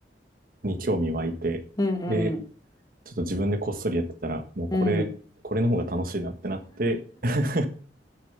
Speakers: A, on the right; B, on the left.
A: に興味湧いて、
B: うんうん。
A: で、ちょっと自分でこっそりやってたら、もうこれ、
B: うん。
A: これの方が楽しいなってなって、<laughs>